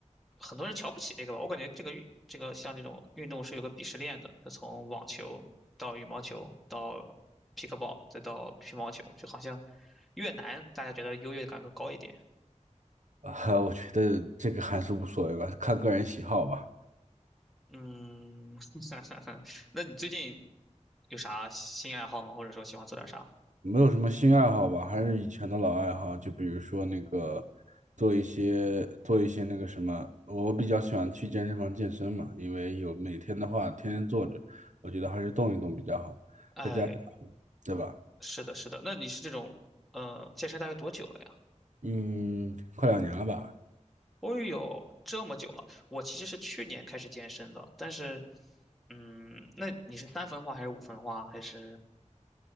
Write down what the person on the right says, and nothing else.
啊，我觉得这个还是无所谓吧，看个人喜好吧。
没有什么新爱好吧，还是以前的老爱好，就比如说那个做一些做一些那个什么，我比较喜欢去健身房健身嘛，因为有每天的话天天坐着，我觉得还是动一动比较好，
再加上对吧？
嗯，快两年了吧？